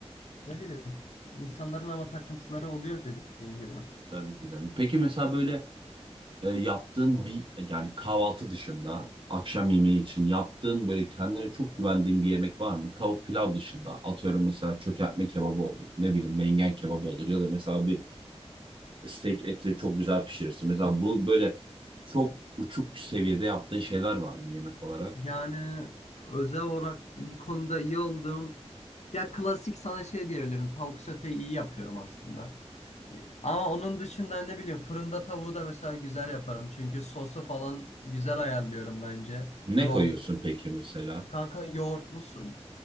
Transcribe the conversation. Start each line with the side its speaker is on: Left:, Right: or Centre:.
Left: ne bileyim insanların ama takıntıları oluyor dediğin gibi.
Right: tabii ki de. Peki mesela böyle e, yaptığın bir yani kahvaltı dışında akşam yemeği için yaptığın böyle kendine çok güvendiğin bir yemek var mı? Tavuk pilav dışında atıyorum mesela çökertme kebabı olur. Ne bileyim mengen kebabı olur ya da mesela bir steak eti çok güzel pişirirsin. Mesela bu böyle çok uçuk seviyede yaptığın şeyler var mı yemek olarak?
Left: Yani özel olarak bir konuda iyi olduğum ya klasik sana şey diyebilirim tavuk soteyi iyi yapıyorum aslında. Ama onun dışında ne bileyim fırında tavuğu da mesela güzel yaparım. Çünkü sosu falan güzel ayarlıyorum bence.
Right: Ne
Left: Yoğurt
Right: koyuyorsun peki mesela?
Left: Kanka yoğurtlu su,